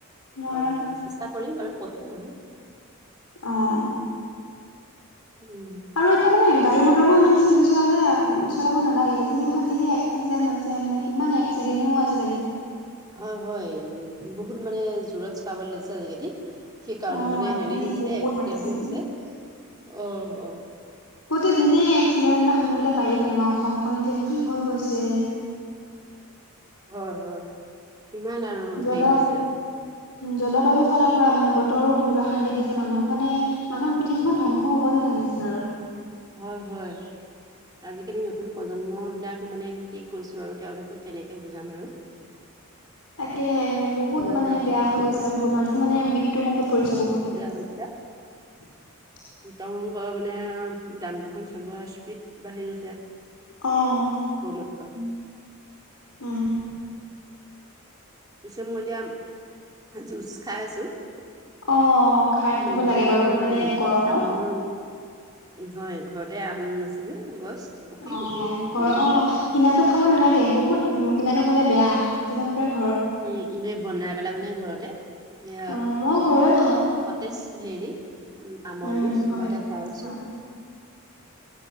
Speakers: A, on the left (about 85°); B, on the right (about 20°).
A: নোৱাৰা
B: হয় হয় চেষ্টা কৰিম বাৰু পঢ়িম বাৰু।
A: অহ
B: উম
A: আৰু এতিয়া মানে গাড়ী মটৰ বোৰ ইমান স্পীডত চলাবলে চলাব নালাগে যি ভা যিহে এক্সিডেণ্ট হৈছে মানে কিমান এক্সিডেণ্ট ঔ আজিকালি।
B: হয় হয় বহুত মানে জোৰত চলাব লৈছে আজিকালি। সেইকাৰণে
A: অ
B: মানে
A: আজিকালি
B: হেৰি হৈছে
A: বহুত
B: এক্সিডেন্ট
A: এক্সিডেণ্ট
B: বোৰ হৈছে। অহ অহ
A: প্ৰতিদিনে এক্সিডেণ্ট এটা শুনিবলৈ পাৰিম মানে আমাৰ অসমখন যে কি হৈ গৈছে
B: হয় হয়। ইমান আৰু
A: জল
B: হেৰি হৈছে
A: জলবায়ুৰ ফালৰ পৰা মানে তৰো বহুত অশান্তি দিছে মানুহক মানে মানুহৰ পৃথিৱীখন ধ্বংস হ'ব যেন লাগিছে আৰু
B: হয় হয়। আজিকালি নতুন প্ৰজন্ম বিলাক মানে কি কৈছোঁ আৰু তেওঁলোকক কেনেকে বুজাম আৰু
A: <unintelligible> তাকে বহুত
B: ইমান
A: মানে বেয়া হৈ গৈছে কথাবোৰ মানুহ মানে মৃত্যুৰ মুখত পৰিছে বহুত।
B: হ <unintelligible>
A: <unintelligible>
B: ক মানে যান বাহন চলোৱা স্পীড বাঢ়ি গৈছে।
A: অহ।
B: উম।
A: উম
B: পিছে মই এতিয়া জুচ খাই আছোঁ।
A: অ খাই থাকিব
B: মেংগ
A: লাগে বাৰু
B: মানে
A: গৰমত
B: আমৰ হয় ঘৰতে আম আছে যে গছ পকি
A: অ
B: গোটেই
A: ঘৰ
B: পৰি গৈছে
A: অ কিনাটো খাব নালাগে বহুত উ কিনাটো খালে বেয়া যিমান পাৰা
B: উম এনেই বনাই পেলাই মানে ঘৰতে এ
A: অ মই ঘৰৰে খাওঁ
B: সতেজ হেৰি উ আমৰ
A: উম
B: জুচ
A: হয়
B: মই এতিয়া খাই আছোঁ।
A: হয়